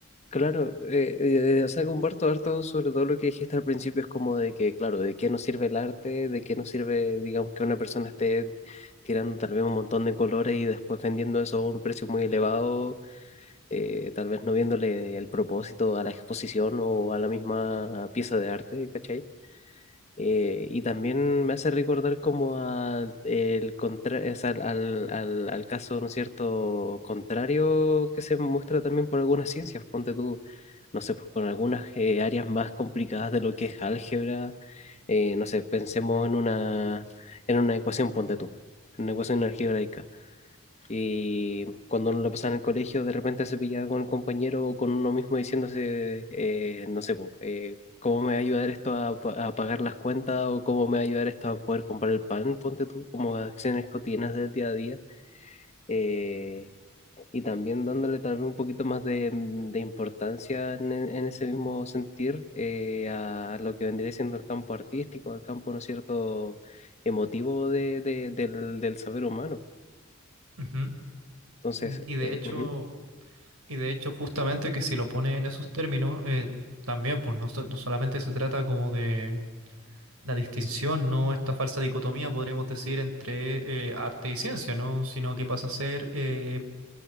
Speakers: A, on the left; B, on the right.
A: Claro, eh, eh, eh, o sea, comparto harto sobre todo lo que dijiste al principio, es como de que, claro, de qué nos sirve el arte, de qué nos sirve, digamos, que una persona esté tirando tal vez un montón de colores y después vendiendo eso a un precio muy elevado, eh, tal vez no viéndole el propósito a la exposición o a la misma pieza de arte, ¿cachai? Eh, y también me hace recordar como a el contra- es al, al- al- al caso, ¿no es cierto?, contrario que se muestra también por algunas ciencias. Ponte tú, no sé, pues, con algunas eh, áreas más complicadas de lo que es álgebra. eh, no sé, pensemos en una, en una ecuación, ponte tú, en una ecuación algebraica y cuando uno lo pasaba en el colegio, de repente se pillaba con el compañero o con uno mismo diciéndose, eh, no sé, po, eh, ¿cómo me va a ayudar esto a, pa- a pagar las cuentas? ¿O cómo me va a ayudar esto a poder comprar el pan? Ponte tú, como acciones cotidianas del día a día. eh, y también dándole tal vez un poquito más de, mm, de importancia en, en ese mismo sentir eh, a lo que vendría siendo el campo artístico, al campo, ¿no es cierto?, emotivo de, de- del, del saber humano.
B: Ujú.
A: Entonces,
B: Mm, Y de
A: eh,
B: hecho,
A: ujú.
B: y de hecho, justamente que si lo pones en esos términos, eh, también, pues no, so- no solamente se trata como de la distinción, ¿no? Esta falsa dicotomía, podríamos decir, entre eh, arte y ciencia, ¿no? Sino que pasa a ser eh,